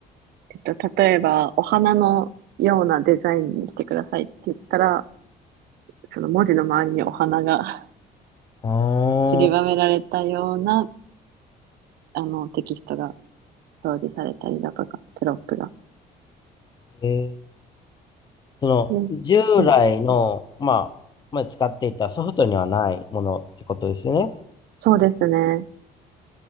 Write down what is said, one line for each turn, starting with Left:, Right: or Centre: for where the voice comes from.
Right: えっと、例えば、お花のようなデザインにしてくださいって言ったら、その文字の周りにお花が
Left: ああ
Right: <laughs> 散りばめられたような、あの、テキストが表示されたりだとか、テロップが。
Left: ー、えその、
Right: です。
Left: 従来の、
Right: はい。
Left: まあ、まあ、使っていたソフトにはないものってことですよね。
Right: そうですね。